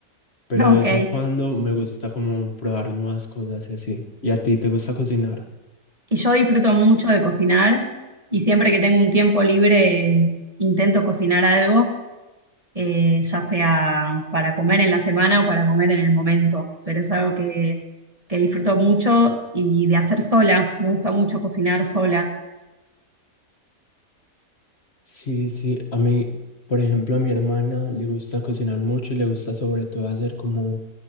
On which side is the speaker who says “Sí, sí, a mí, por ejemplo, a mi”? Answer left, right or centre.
Left